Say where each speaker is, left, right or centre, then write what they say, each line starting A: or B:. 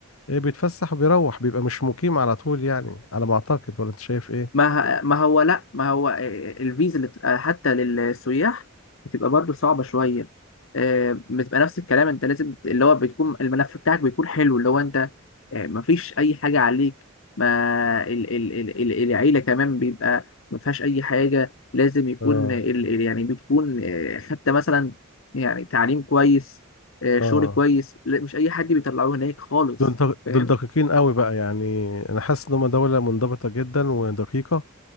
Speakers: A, on the left; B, on the left.
A: آه، بيتفسح وبيروح بيبقى مش مقيم على طول يعني على ما اعتقد ولا انت شايف ايه
B: ما ه- ما هو لا ما هو الفيزا اللي بتبقى حتى للسياح بتبقى برضو صعبة شوية آه، بتبقى نفس الكلام انت لازم اللي هو بتكون الملف بتاعك بيكون حلو اللي هو انت آه، ما فيش اي حاجة عليك ما ال ال ال ال العيلة كمان بيبقى ما فيهاش اي حاجة لازم يكون
A: اه
B: ال ال يعني بتكون آه، حتى مثلا يعني تعليم كويس آه، شغل
A: اه
B: كويس لا، مش اي حد بيطلعوه هناك خالص
A: دول دق-
B: فاهم
A: دول دقيقين قوي بقى يعني انا حاسس ان هم دولة منضبطة جدا ودقيقة